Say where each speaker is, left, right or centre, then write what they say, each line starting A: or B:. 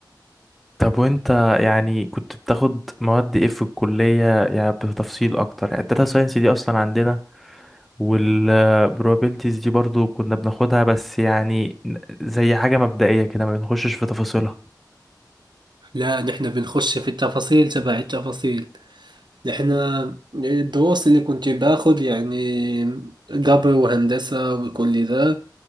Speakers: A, in the centre; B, on the right.
A: طب وانت يعني كنت بتاخد مواد ايه في الكلية يعني بتفصيل اكتر يعني الداتا ساينس دي اصلا عندنا والبروبابيلتيز دي برضو كنا بناخدها بس يعني زي حاجة مبدئية كده ما بنخشش في تفاصيلها
B: لا نحن بنخش في التفاصيل تبع التفاصيل نحن الدروس اللي كنت باخذ يعني قبر وهندسة وكل ذا